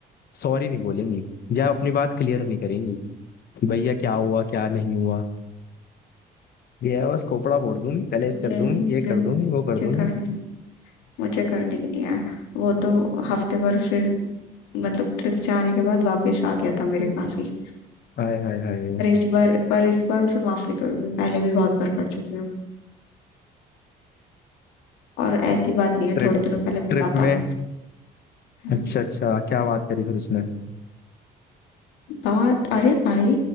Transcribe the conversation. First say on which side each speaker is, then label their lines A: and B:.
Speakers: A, on the left; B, on the left.
A: सॉरी नहीं बोलेंगी या अपनी बात क्लियर नहीं करेंगी कि भैया क्या हुआ क्या नहीं हुआ ये है बस खोपड़ा फोड़ दूंगी कलेश
B: मुझे
A: कर दूंगी
B: मुझे
A: ये कर
B: मुझे
A: दूंगी वो कर दूंगी
B: करनी मुझे करनी ही नहीं है वो तो हफ्ते भर फिर मतलब ट्रिप जाने के बाद वापस आ गया था मेरे पास ही
A: Hi hi hi
B: पर इस बार पर इस बार उसे माफ नहीं करूंगी पहले भी बहुत बार कर चुकी हूँ और ऐसी बात नहीं है
A: Trip
B: थोड़े दिनों पहले मिला
A: trip
B: था
A: में
B: हम्म
A: अच्छा अच्छा क्या बात करी फिर उसने
B: बात अरे भाई